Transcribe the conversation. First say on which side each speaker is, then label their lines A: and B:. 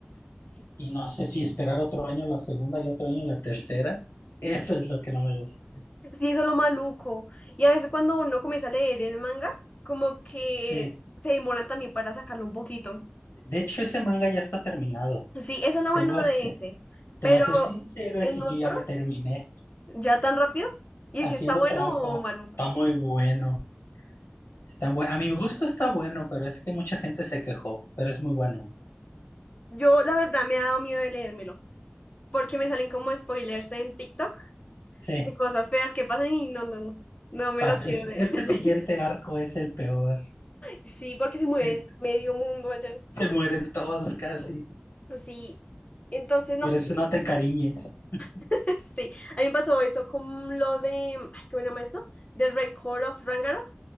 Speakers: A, on the left (about 35°); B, on the left (about 80°).
A: Sí.
B: y no sé si esperar otro año la segunda y otro año la tercera. Eso es lo que no me gusta.
A: Sí, eso es lo maluco. Y a veces cuando uno comienza a leer el manga, como que
B: Sí,
A: se demoran también para sacarlo un poquito.
B: de hecho ese manga ya está terminado.
A: Sí, eso es lo
B: Te
A: bueno
B: voy a,
A: de
B: ser-
A: ese.
B: te
A: Pero
B: voy a ser sincero,
A: en
B: ese
A: otros,
B: yo ya lo terminé.
A: ya tan rápido. Y
B: haciendo
A: si está bueno
B: trampa.
A: o maluco.
B: Está muy bueno. Está bue- A mi gusto está bueno, pero es que mucha gente se quejó, pero es muy bueno.
A: Yo la verdad me ha dado miedo de leérmelo. porque me salen como spoilers en TikTok
B: Sí,
A: de cosas feas que pasan y no, no, no, no me
B: pasa.
A: lo quiero
B: Este,
A: leer.
B: este
A: <laughs>
B: <laughs> siguiente arco es el peor.
A: Sí, porque se mueve
B: Este-
A: medio mundo allá.
B: se mueren todos casi.
A: Sí, entonces no,
B: Por eso no te encariñes. <laughs>
A: <laughs> sí, a mí me pasó eso con lo de, ay, ¿cómo se llama esto? The Record of Rangarot.